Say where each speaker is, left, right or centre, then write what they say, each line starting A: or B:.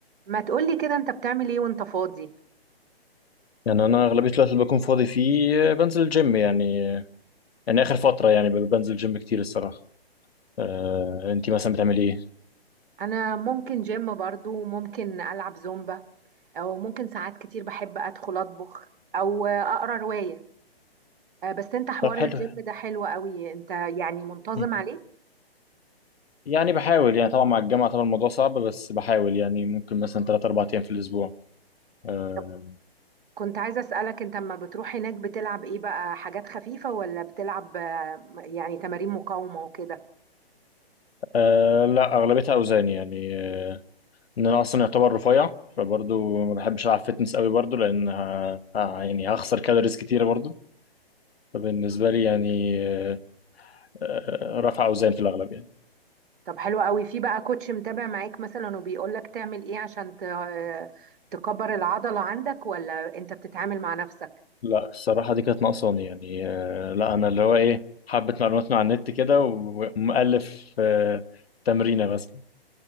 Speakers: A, on the right; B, on the left.
A: ما تقولي كده انت بتعمل ايه وانت فاضي
B: يعني انا اغلبيه الوقت اللي بكون فاضي فيه آه، بنزل الجيم يعني آه، يعني اخر فتره يعني ب- بنزل جيم كتير الصراحه آه، انتي مثلا بتعملي ايه
A: انا ممكن جيم برضو ممكن العب زومبا او ممكن ساعات كتير بحب ادخل اطبخ او اقرا رواية آه، بس انت حوار
B: طب حلو
A: الجيم ده حلو قوي انت يعني منتظم
B: مم.
A: عليه
B: يعني بحاول يعني طبعا مع الجامعه طبعا الموضوع صعب بس بحاول يعني ممكن مثلا 3 4 ايام في الاسبوع آه
A: طب كنت عايزة اسألك انت لما بتروح هناك بتلعب ايه بقى حاجات خفيفة ولا بتلعب آه، يعني تمارين مقاومة وكده
B: آه لا اغلبيتها اوزان يعني آه ان انا اصلا يعتبر رفيع فبرضه ما بحبش العب فيتنس قوي برضه لان ه- ه- يعني هخسر كالوريز كتيره برضه فبالنسبه لي يعني آه آه، رفع اوزان في الاغلب يعني
A: طب حلو قوي في بقى كوتش متابع معاك مثلا وبيقولك تعمل ايه عشان ت- آه، تكبر العضلة عندك ولا انت بتتعامل مع نفسك
B: لا الصراحة دي كانت ناقصاني يعني آه، لا أنا اللي هو إيه حبة معلومات من على النت كده ومؤلف آه، تمرينة مثلا